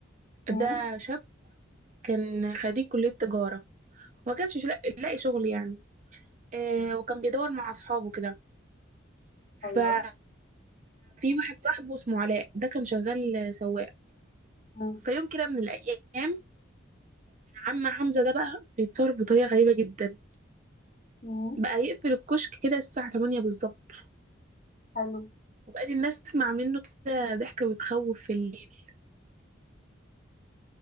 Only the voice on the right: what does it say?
ده شاب كان خريج كلية تجارة وما كانش شلا- لاقي شغل يعني آه،
وكان بيدور مع أصحابه كده ففي
واحد صاحبه اسمه علاء ده كان شغال سواق
فيوم كده من الأيام عم حمزة ده بقى بيتصرف بطريقة غريبة جدا
بقى يقفل الكشك كده الساعة 8 بالظبط
وبقت الناس تسمع منه كده ضحكة بتخوف في الليل